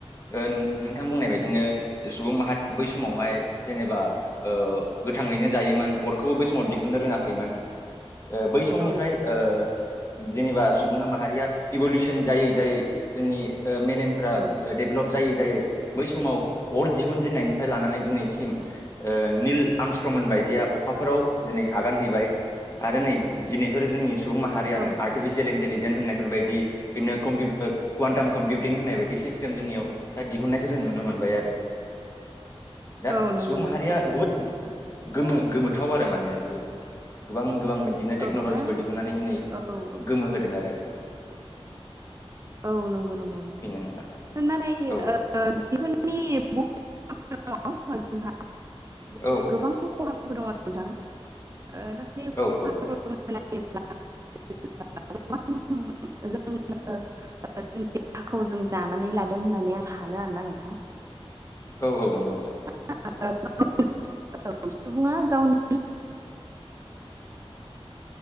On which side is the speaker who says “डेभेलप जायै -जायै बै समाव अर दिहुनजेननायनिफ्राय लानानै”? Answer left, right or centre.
Left